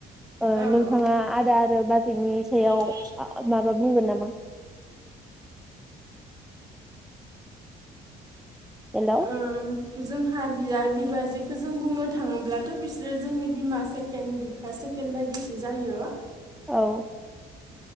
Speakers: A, in the centre; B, on the right.
A: ओ
B: औ
A: नोंथाङा
B: औ
A: आदा आरो बाजैनि सायाव
B: जोंनि
A: माबा बुंगोन नामा? हेल' औ
B: ओं जोंहा बियाय बिबाजैखो जों बुंनो थाङोब्लाथ' बिसोरो जोंनि बिमा सेकेण्ड बिफा सेकेणड बायदिसो जायो
A: औ